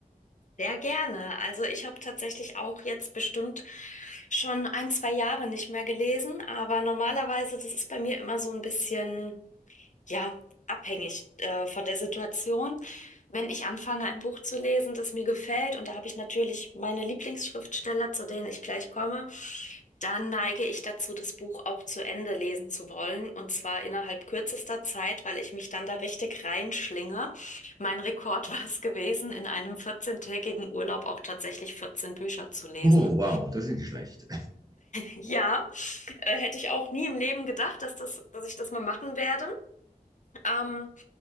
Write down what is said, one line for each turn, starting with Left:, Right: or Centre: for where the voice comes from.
Left: Sehr gerne. Also ich habe tatsächlich auch jetzt bestimmt schon ein, zwei Jahre nicht mehr gelesen, aber normalerweise, das ist bei mir immer so ein bisschen. Ja, abhängig äh, von der Situation. Wenn ich anfange, ein Buch zu lesen, das mir gefällt, und da habe ich natürlich meine Lieblingsschriftsteller, zu denen ich gleich komme, dann neige ich dazu, das Buch auch zu Ende lesen zu wollen, und zwar innerhalb kürzester Zeit, weil ich mich dann da richtig reinschlinge. Mein Rekord <laughs> war es gewesen, in einem 14-tägigen Urlaub auch tatsächlich 14 Bücher zu lesen.
Right: Oh, wow, das ist nicht schlecht.
Left: Ja, äh, hätte ich auch nie im Leben gedacht, dass das, dass ich das mal machen werde. Ähm,